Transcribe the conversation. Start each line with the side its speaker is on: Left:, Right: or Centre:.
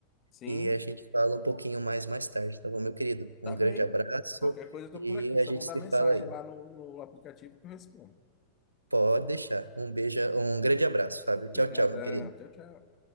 Left: Sim,
Right: E a gente fala um pouquinho mais mais tarde, tá bom, meu querido?
Left: tá
Right: Um
Left: bem.
Right: grande abraço
Left: Qualquer coisa eu tô
Right: e
Left: por aqui, só
Right: a gente
Left: mandar
Right: se
Left: mensagem
Right: fala aí.
Left: lá no, no aplicativo que eu respondo.
Right: Pode deixar. Um beijo, um grande abraço, Fábio. Tchau,
Left: Obrigadão.
Right: tchau, meu querido.
Left: Tchau, tchau.